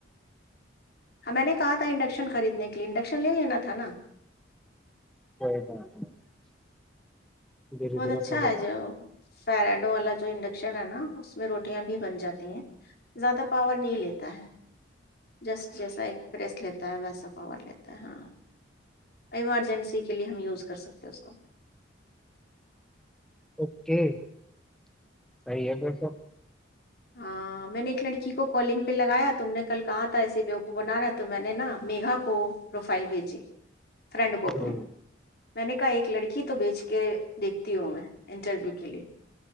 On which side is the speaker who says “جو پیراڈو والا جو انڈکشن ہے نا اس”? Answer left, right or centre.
Left